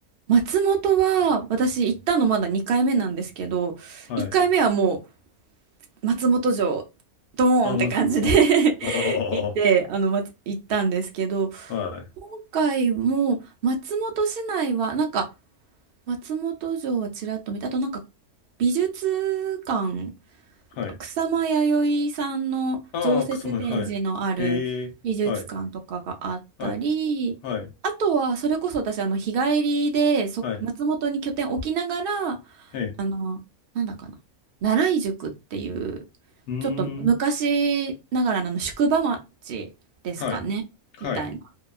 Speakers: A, on the right; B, on the left.
A: 松本は私行ったのまだ2回目なんですけど1回目はも
B: はい。
A: う松本城ドーンって感じで
B: あー、松本、
A: <laughs>
B: うん。あ
A: 行ってあの、まつ、行ったんですけど
B: あ、ああはい、
A: 今回も松本市内はなんか松本城はちらっと見てあとなんか美術館
B: はい。
A: 草間彌生さんの常設展示のある美術館とかがあったりあとはそれこそ私あの日帰りでそ松本に拠点置きながら
B: ああ、草前、はい。ええ、はい、はい、はい、はい、ええ、
A: あの、なんだかな。奈良井宿っていう、
B: うー
A: ちょっと昔ながらのあの宿場町ですかね、
B: ん、はい、はい。
A: みたいなと